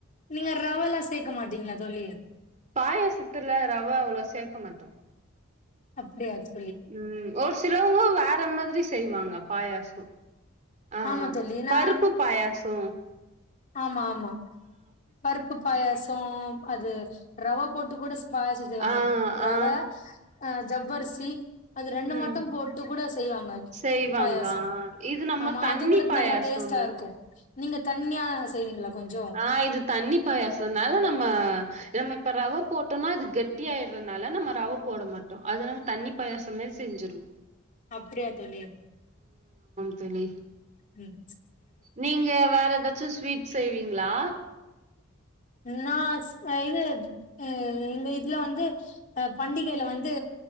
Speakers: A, on the left; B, on the right.
A: நீங்க ரவலா சேர்க்க மாட்டீங்களா தோலி
B: பாயசத்துல ரவ அவ்ளோ சேர்க்க மாட்டோம்
A: அப்படியாச்சு
B: உம் ஒரு சிலவங்க வேற மாதிரி செய்வாங்க பாயாசம் ஆஹ்
A: ஆமா தோழி நா
B: பருப்பு பாயாசம்
A: ஆ ஆமா பருப்பு பாயசம் அது ரவ போட்டுகூட பாயச்ச செய்வாங்க
B: ஆ
A: ரவ
B: ஆ
A: அஹ் ஜவர்சி அது ரெண்டு
B: ம்
A: மட்டும் போட்டு கூட செய்வாங்க
B: செய்வாங்க
A: பாயாசம்
B: ஆ இது நம்ம
A: ஆமா
B: தண்ணி
A: அது கூடத்து
B: பாயாசோ
A: நல்லா டேஸ்ட்டா
B: மாதிரி
A: இருக்கு நீங்க தனியா செய்வீங்களா கொஞ்சோ
B: ஆஹ் இது தண்ணி பாயாசம்னாலும் நம்மம இப்ப ரவ போட்டோம்னா அது கட்டிய ஆயறதுனால நம்ம ரவ போட மாட்டோம் அதுனால தண்ணி பாயசமே செஞ்சிருவோம்
A: அப்படியா தொலி
B: தள்ளி
A: உம்
B: நீங்க வேற ஏதாச்சும் ஸ்வீட் செய்வீங்ளா
A: நான் செய்ரது எங்க வீட்ல வந்து பண்டிகையில வந்து